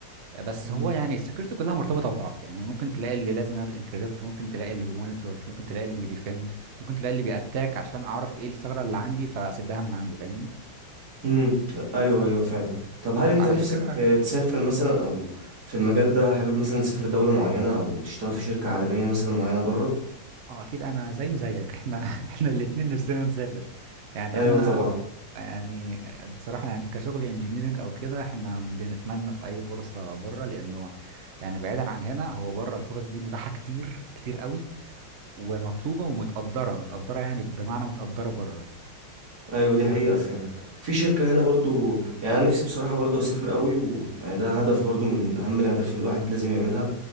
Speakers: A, on the right; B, on the right.
A: بس
B: مم.
A: هو يعني السكيورتي كلها مرتبطه ببعض يعني ممكن تلاقي اللي لازم يعمل انكريبت ممكن تلاقي اللي بيمونيتور ممكن تلاقي اللي بيديفند ممكن تلاقي اللي بيأتاك عشان اعرف ايه الثغره اللي عندي فاسدها من عندي فاهمني
B: مم. ايوه ايوه فعلا طب هل انت
A: على
B: نفسك
A: فكره
B: آه، تسافر مثلا او في المجال ده حابب مثلا تسافر دولة معينة او تشتغل في شركة عالمية مثلا معينة بره
A: اه اكيد انا زي زيك <laughs> احنا احنا الاتنين نفسنا نسافر يعني
B: ايوه
A: انا
B: طبعا
A: يعني بصراحه يعني كشغل انجينيرنج او كده احنا بنتمنى في اي فرصه بره لانه يعني بعيدا عن هنا هو بره الفرص دي متاحه كتير كتير قوي ومطلوبه ومتقدره متقدره يعني بمعنى متقدره بره
B: ايوه دي حقيقة فعلا في شركة هنا برضو يعني انا نفسي بصراحة برضو اسافر قوي ويعني ده هدف برضو من اهم الاهداف اللي الواحد لازم يعملها